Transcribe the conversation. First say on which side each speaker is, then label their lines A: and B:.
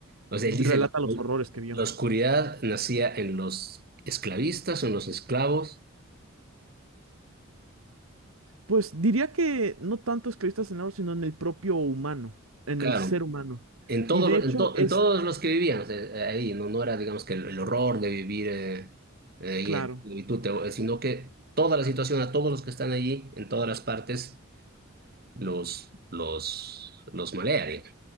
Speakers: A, on the right; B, on the right.
A: O sea,
B: relata
A: él dice, la,
B: los horrores que vio.
A: la oscuridad nacía en los esclavistas, en los esclavos,
B: Pues diría que no tanto esclavistas en el oro, sino en el propio humano, en
A: claro,
B: el ser humano.
A: en, todo,
B: Y de
A: lo-
B: hecho
A: en, to-
B: es
A: en todos los que vivían, o sea, eh, ahí, no, no era, digamos, que el, el horror de vivir eh, ahí
B: claro,
A: en esclavitud, te- sino que toda la situación, a todos los que están allí, en todas las partes, los, los, los malea, digamos.